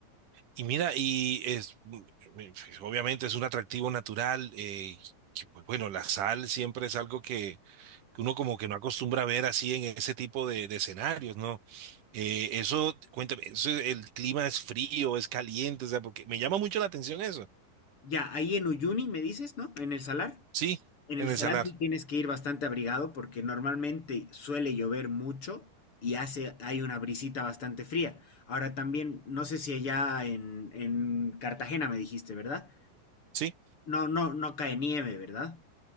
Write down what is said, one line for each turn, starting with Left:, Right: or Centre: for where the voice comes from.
Right: Y mira, y es mm, eh, pues, obviamente es un atractivo natural, eh, que, pues bueno, la sal siempre es algo que, que uno como que no acostumbra a ver así en ese tipo de, de escenarios, ¿no? Eh, eso, cuéntame, eso, el clima es frío, es caliente, o sea, porque me llama mucho la atención eso.
Left: Ya, ahí en Uyuni me dices, ¿no? En el Salar.
Right: Sí,
Left: En
Right: en
Left: el salar
Right: el salar,
Left: sí tienes que ir bastante abrigado porque normalmente suele llover mucho y hace, hay una brisita bastante fría. Ahora también, no sé si allá en, en Cartagena me dijiste, ¿verdad?
Right: sí.
Left: No, no, no cae nieve, ¿verdad?